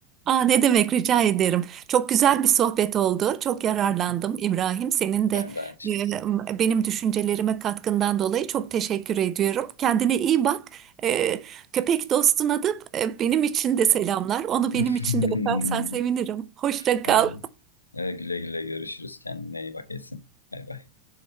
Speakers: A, on the right (about 30°); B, on the left (about 80°).
A: Aa, ne demek rica ederim. Çok güzel bir sohbet oldu. Çok yararlandım
B: <laughs>
A: İbrahim. Senin
B: Ben
A: de
B: de aynı şekilde.
A: e, benim düşüncelerime katkından dolayı çok teşekkür ediyorum. Kendine iyi bak. E, köpek dostuna da e, benim için de selamlar. Onu
B: <laughs>
A: benim için de öpersen sevinirim. Hoşça
B: Ha,
A: kal.
B: e, güle güle görüşürüz. Kendine iyi bak Esin. Bay bay.